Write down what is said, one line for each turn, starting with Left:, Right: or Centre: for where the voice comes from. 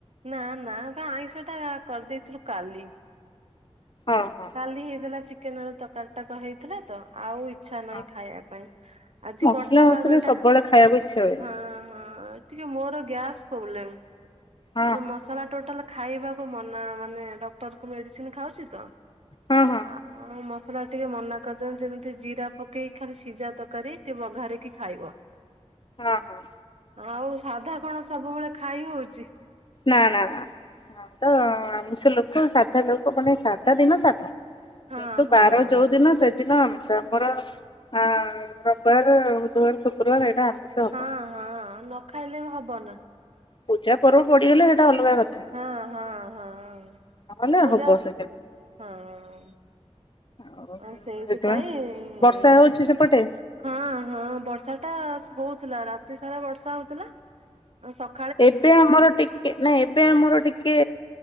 Right: ନା ନା ବା ଆଇଁଷ ଟା କରିଦେଇଥିଲୁ କାଲି।
Left: ଓହୋ।
Right: କାଲି ହେଇଲା ଚିକେନ ତରକାରୀ ଟା ହେଇଥିଲା ତ ଆଉ ଇଛା ନାହିଁ
Left: ହଁ
Right: ଖାଇବା ପାଇଁ ଆଜି
Left: ମସଲା
Right: ବର୍ଷା
Left: ମସଲି
Right: ପାଗ
Left: ସବୁବେଳେ
Right: ଟା
Left: ଖାଇବାକୁ ଇଚ୍ଛା ହୁଏନି
Right: ହଁ ହଁ। ଟିକେ ମୋର ଗ୍ୟାସ ପ୍ରୋବ୍ଲେମ।
Left: ହଁ ହଁ
Right: ମସଲା ଟୋଟାଲ ଖାଇବାକୁ ମନା ମାନେ ଡକ୍ଟରଙ୍କ ମେଡିସିନ ଖାଉଛି ତ।
Left: ହଁ ହଁ।
Right: ଆ ମ ସଲା ଟିକେ ମନା କରିଛନ୍ତି ଯେମିତି ଜିରା ପକେଇକ ଖାଲି ସିଝା ତରକାରୀ ଟିକେ ବଘାରିକି ଖାଇବ।
Left: ଓହୋ।
Right: ଆଉ ସାଧା କଣ ସବୁବେଳେ ଖାଇ ହଉଛି?
Left: ନା ନା ନା। ଆ ତ ଆମିଷ ଲୋକ ସାଧା ଲୋକ ମାନେ ସାଧା ଦିନ ସାଧା।
Right: ହଁ
Left: କିନ୍ତୁ ବାର
Right: ହଁ।
Left: ଯୋଉଦିନ ସେ ଦିନ ଆମିଷ ଆମର ଅ ରବିବାର ବୁଧବାର ଶୁକ୍ରବାର ଏଇଟା ଆମିଷ। ସେ ହବ।
Right: ହଁ ହଁ ନ ଖାଇଲେ ବି ହବ ନା।
Left: ପୂଜା ପର୍ବ ପଡିଗଲେ ସେଇଟା ଅଲଗା କଥା।
Right: ହଁ ହଁ ହଁ
Left: ନହେଲେ
Right: ପୂଜା
Left: ହବ ସେଦିନ
Right: ହଁ।
Left: ଆଉ
Right: ହ ସେଇଥିପାଇଁ
Left: ସେଥିପାଇଁ ବର୍ଷା ହଉଛି ସେପଟେ
Right: ହଁ ହଁ ବର୍ଷା ଟା ହଉଥିଲା ରାତି ସାରା ବର୍ଷା ହଉଥିଲା ସ
Left: ଏବେ ଆମର ଟି ନାଇଁ ଏବେ ଆମର ଟିକେ